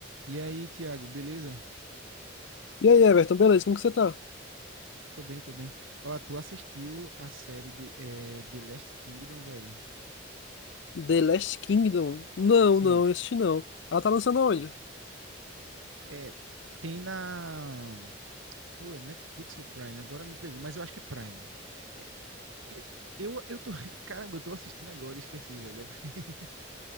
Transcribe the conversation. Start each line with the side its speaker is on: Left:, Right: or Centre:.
Right: E aí, Thiago, beleza?
Left: E aí, Everton, beleza? Como que você tá?
Right: Tô bem, tô bem. Ó, tu assistiu a série de, eh, The Last Kingdom, velho?
Left: The Last Kingdom? Não,
Right: Sim.
Left: não, este não. Ela tá lançando onde?
Right: É, tem na. Ou é Netflix ou Prime? Agora me pegou, mas eu acho que é Prime. É, eu, eu, eu tô. <laughs> Caramba, eu tô assistindo agora, e esqueci, velho. <laughs>